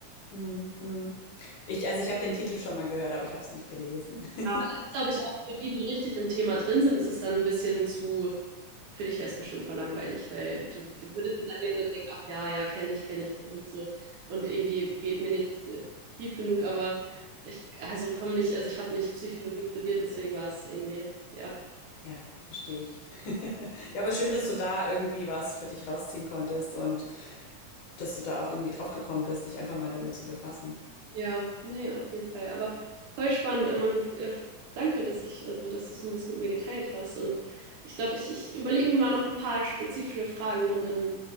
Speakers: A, on the left (about 70°); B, on the right (about 75°).
A: Hm, hm. Ich, also ich habe den Titel schon mal gehört, aber ich habe es nicht gelesen. <laughs>
B: Ja, glaube ich, auch für die, die richtig im Thema drin sind, ist es dann ein bisschen zu Für dich wäre es bestimmt voll langweilig, weil du, du würdest nicht einlesen und denken, ach ja, ja, kenne ich, kenne ich, kenne ich so. Und irgendwie geht mir nicht äh, tief genug, aber ich, also komme nicht, also ich habe nicht Psychologie studiert, deswegen war es irgendwie, ja.
A: Ja, verstehe ich. <laughs> Ja, aber schön, dass du da irgendwie was für dich rausziehen konntest und dass du da auch irgendwie drauf gekommen bist, dich einfach mal damit zu befassen.
B: Ja, nee, auf jeden Fall. Aber voll spannend. äh, Man, äh, danke, dass ich, also dass du es so ein bisschen mit mir geteilt hast. Und ich glaube, ich, ich überlege mir mal noch ein paar spezifische Fragen und dann